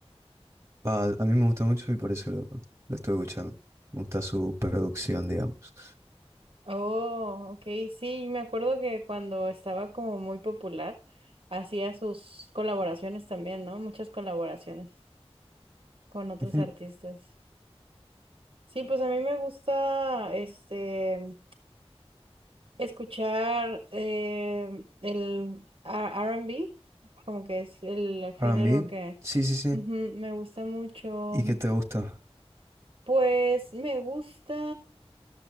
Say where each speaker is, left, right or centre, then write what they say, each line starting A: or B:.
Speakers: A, on the right; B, on the right.
A: Ah, a mí me gusta mucho y por eso lo, lo estoy escuchando. Me gusta su producción, digamos.
B: Oh, ok, sí, me acuerdo que cuando estaba como muy popular, hacía sus colaboraciones también, ¿no? Muchas colaboraciones con otros
A: Ujú.
B: artistas. Sí, pues a mí me gusta este escuchar eh, el a- R and B como que es el género
A: R&B,
B: que
A: sí, sí, sí.
B: ujú, me gusta mucho.
A: ¿Y qué te gusta?
B: Pues me gusta.